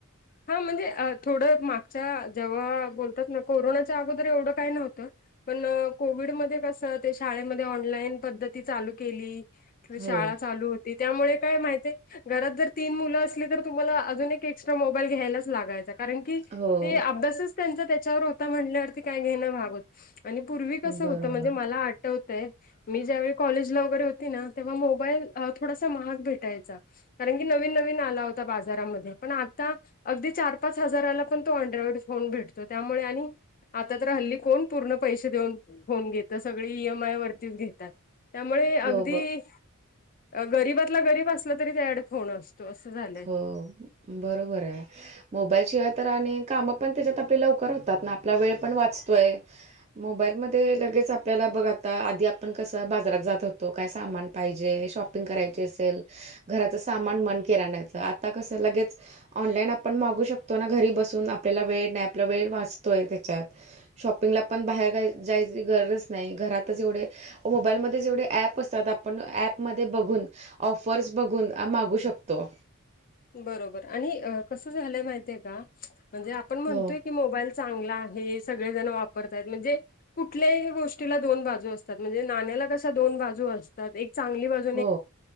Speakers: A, on the left; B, on the right.
A: हो म्हणजे थोडं मागच्या जेव्हा बोलतात ना कोरोनाच्या अगोदर एवढं काय नव्हतं पण कोविडमध्ये कस ते शाळेमध्ये ऑनलाईन पद्धती चालू केली
B: हो.
A: शाळा चालू हो ते त्यामुळे काय माहितीय घरात जर तीन मुल असली तर तुम्हाला अजून एक एक्स्ट्रा मो बाईल घ्यायलाच लागायचा कारण की
B: हो,
A: ते अभ्यासच त्यांचा त्याच्यावर होता म्हणल्यावरती काय घेणं भागत आणि पूर्वी कसं
B: बरोबर.
A: होतं म्हणजे मला आठवतंय मी ज्यावेळी कॉलेजला वगैरे होती ना तेव्हा मोबाईल थोडासा महाग भेटायचा कारण की नवीन नवीन आला होता बाजारामध्ये पण आ आता अगदी चार पाच हजाराला पण तो अनड्रॉइड फोन भेटतोय त्यामुळे आणि आता तर हल्ली कोण पूर्ण पैसे देऊन फोन घेतं सगळे ई एम आय वरतीच घेतात त्यामुळे अगदी
B: हो, ब
A: गरीबातला गरीब असला तरी त्याच्याकडे फोन असतो अस झालय
B: हो बरोबर आहे. मोबाईल शिवाय तर आणि काम पण त्याच्यात आपली लवकर होतात ना आपला वेळ पण वाचतोय मोबाईलमध्ये लगेच आपल्याला बघ आता आधी आपण कसं बाजारात जात होतो काय सामान पाहिजे शॉपिंग करायची असेल घराच सामान मनके राहण्याचं आता कसं लगेच ऑनलाईन आपण मागू शकतो ना घरी बसून आपल्याला वेळ नाही आपला वेळ वाचतोय त्याच्यात शॉपिंगला पण बाहेर जायची गरजच नाही घरातच एवढे मोबाईलमध्ये एवढे ऍप असतात आपण ऍपमध्ये बघून ऑफर्स बघून मागू शकतो
A: बरोबर आणि कस झालंय माहिय का म्हणजे आपण म्हणतोय
B: हो
A: की मोईल. चांगला हे सगळेजण वापरतायत म्हणजे कुठल्या गोष्टीला दोन बाजू असतात म्हणजे नाण्याला कश दोन बाजू असतात एक चांगली बाजू
B: हो